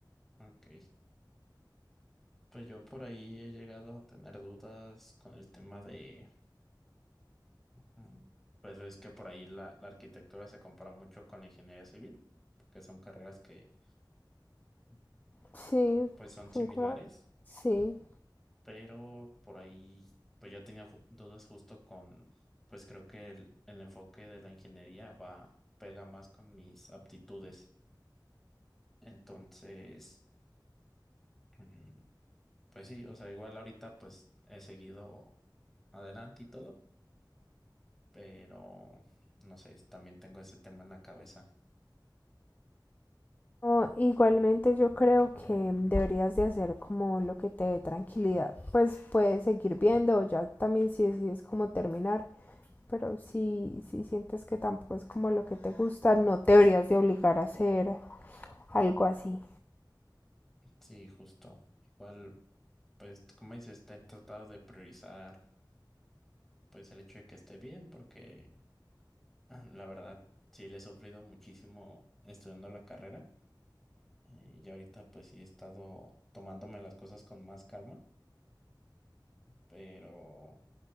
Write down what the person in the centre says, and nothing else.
Ok. Pues yo por ahí he llegado a tener dudas con el tema de, mm, pues ves que por ahí la, la arquitectura se compara mucho con la ingeniería civil, que son carreras que Ujú.
pues son
similares,
pero por ahí pues yo tenía ju- dudas justo con, pues creo que el, el enfoque de la ingeniería va, pega más con mis aptitudes. Entonces... <clears throat> Pues sí, o sea, igual ahorita pues he seguido adelante y todo, pero no sé, también tengo ese tema en la cabeza.
Sí, justo. Igual, pues como dices, te he tratado de priorizar pues el hecho de que esté bien, porque ah, la verdad sí le he sufrido muchísimo estudiando la carrera eh, y ahorita pues sí he estado tomándome las cosas con más calma, pero